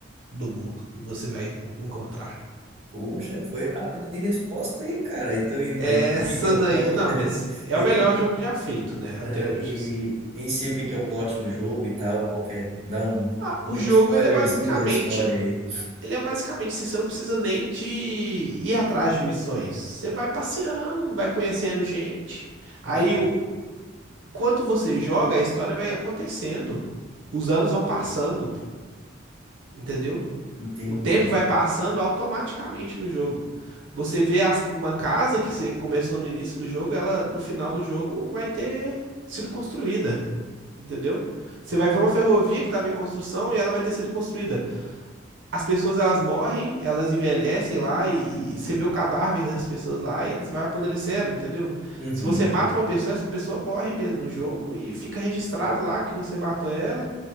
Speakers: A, on the right; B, on the right.
A: do mundo que você vai encontrar.
B: poxa, foi rápido de resposta aí, cara. Então, e, mas
A: Essa
B: o que que é o
A: daí.
B: plot?
A: Não,
B: <laughs>
A: mas é
B: E,
A: o melhor
B: o que que-
A: jogo já feito, né? Até
B: ah,
A: hoje,
B: e
A: assim.
B: em si, o que que é o plot do jogo e tal? Qual que é? Dá um,
A: Ah,
B: um
A: o jogo,
B: spoilerzinho
A: ele é basicamente.
B: da história aí.
A: Ele é basicamente assim, você não precisa nem de ir atrás de missões. Você vai passeando, vai conhecendo gente. Aí,
B: Hum,
A: o... enquanto você joga, a história vai acontecendo. Os anos vão passando, entendeu?
B: Entendi.
A: O tempo vai passando automaticamente no jogo. Você vê as- uma casa que você começou no início do jogo, ela no final do jogo vai ter sido construída, entendeu? Você vai ver uma ferrovia que estava em construção e ela vai ter sido construída. As pessoas elas morrem, elas envelhecem lá e, e você vê o cadáver das pessoas lá, e eles vão apodrecendo, entendeu?
B: Uhum,
A: Se você mata uma pessoa, essa pessoa morre mesmo no jogo e fica registrado lá que você matou ela